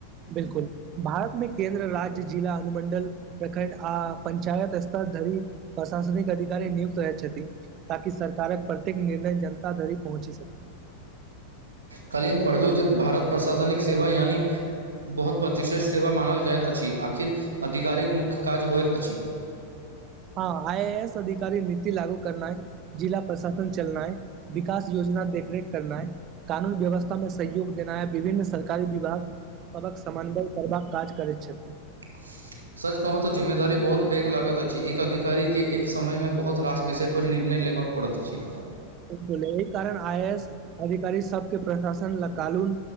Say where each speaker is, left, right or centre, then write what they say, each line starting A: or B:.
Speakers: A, on the right; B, on the right.
A: बिल्कूल भारत मे केन्द्र राज्य जिला अनुमंडल प्रखंड आ पंचायत स्तर धरी प्रशासनिक अधिकारी नियुक्त रहय छथिन ताकि सरकार कऽ प्रत्येक निर्णय जनता धरि पहुँची
B: कालि हम पढ़लू जे भारत प्रशासनिक सेवा यानि बहुत प्रतिष्ठत सेवा मानल जाइत अछि आखिर अधिकारिक मुख्य काज होइत अछि।
A: हँ आई एस अधिकारी नीति लागू करनाय जिला प्रशासन चलनाय विकास योजना देख रेख करनाई कानून व्यवस्था मे सहयोग देनाय विभिन्न सरकारी विभाग सभकेँ समन्वय करबाक काज करैत छथिन
B: <unintelligible> सच कहू तऽ जिम्मेदारी बहुत पैघ लागत अछि एक अधिकारी के एक समय मे बहुत रास विषय पर निर्णय लेबकऽ पड़त अछि।
A: बिल्कुल अही कारण आइ एस अधिकारी सभके प्रशासन ल कालून